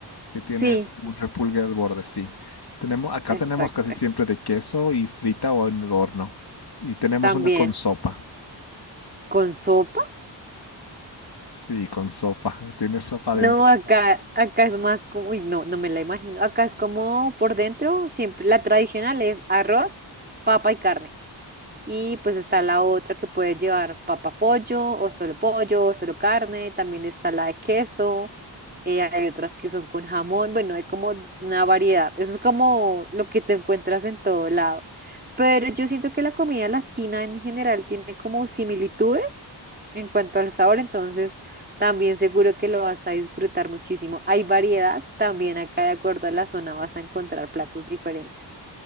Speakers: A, on the left; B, on the right.
A: que tiene
B: sí,
A: como un repulgue al borde, sí. Tenemos, acá
B: exacto.
A: tenemos casi siempre de queso y frita o en el horno. Y tenemos
B: También
A: una con sopa.
B: con sopa.
A: Sí, con sopa. <laughs> Tiene sopa
B: No,
A: dentro.
B: acá, acá es más como, uy, no, no me la imagino. Acá es como por dentro, siempre, la tradicional es arroz, papa y carne. Y pues está la otra que puede llevar papa pollo o solo pollo o solo carne. También está la de queso. eh, hay otras que son con jamón. Bueno, hay como una variedad. Eso es como lo que te encuentras en todo lado. Pero yo siento que la comida latina en general tiene como similitudes en cuanto al sabor. Entonces también seguro que lo vas a disfrutar muchísimo. Hay variedad. También acá de acuerdo a la zona vas a encontrar platos diferentes.